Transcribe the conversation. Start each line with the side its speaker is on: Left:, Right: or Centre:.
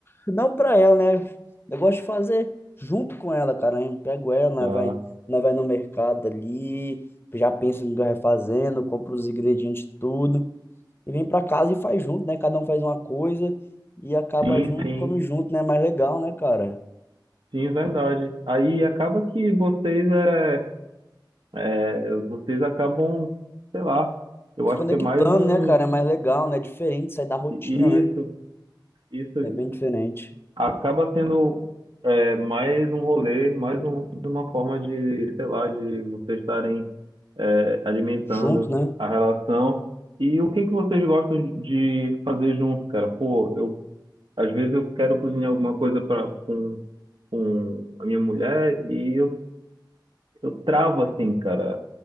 Left: Não pra ela, né? Eu gosto de fazer junto com ela, cara. A gente pega ela, nós
Right: Ah,
Left: vai, nós vai no mercado ali, já pensa no que vai fazendo, compra os ingredientes, tudo, e vem pra casa e faz junto, né? Cada um faz uma coisa e acaba
Right: sim,
Left: junto,
Right: sim.
Left: come junto, né? É mais legal, né, cara?
Right: Sim, verdade. Aí acaba que vocês é, é, vocês acabam, sei lá, eu
Left: Se
Right: acho
Left: conectando,
Right: que é mais um
Left: né, cara? É mais legal, né? É diferente, sai da rotina,
Right: isso,
Left: né?
Right: isso
Left: É bem diferente.
Right: acaba sendo é, mais um rolê, mais um- uma forma de, sei lá, de vocês estarem é, alimentando
Left: Junto, né?
Right: a relação. E o que que vocês gostam de fazer junto, cara? Pô, eu às vezes eu quero cozinhar alguma coisa para com, com a minha mulher e eu, eu travo assim, cara.